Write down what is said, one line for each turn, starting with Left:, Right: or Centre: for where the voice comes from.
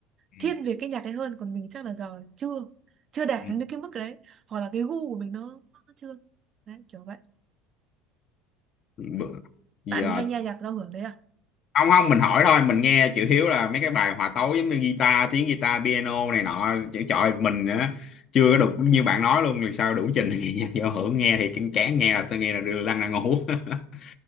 Left: ừ.
Right: thiên về cái nhạc ấy hơn còn mình chắc là giờ chưa chưa đạt
Left: ừ,
Right: đến cái mức đấy hoặc là cái gu của mình nó, nó chưa đấy kiểu vậy
Left: ừ. bữa giờ
Right: bạn thì hay nghe nhạc giao hưởng đấy à
Left: không không mình hỏi thôi mình nghe chữ Hiếu là mấy cái bài hòa tấu giống như guitar tiếng guitar piano này nọ chữ trời mình á, chưa có đủ như bạn nói luôn thì sao đủ trình <laughs> thì nhạc giao hưởng nghe thì kinh chán nghe là tôi nghe là đưa lăn ra ngủ <laughs>